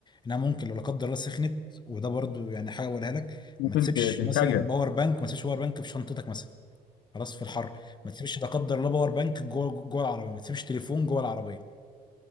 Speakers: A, on the left; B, on the left.
A: انها ممكن لو لا قدر الله سخنت وده برضو يعني حاجة اقولها لك
B: ممكن
A: ما تسيبش
B: ت- تنفجر
A: مثلا باور بانك ما تسيبش باور بانك في شنطتك مثلا خلاص في الحر ما تسيبش لا قدر الله باور بانك جوه جوه العربيه ما تسيبش تليفون جوه العربيه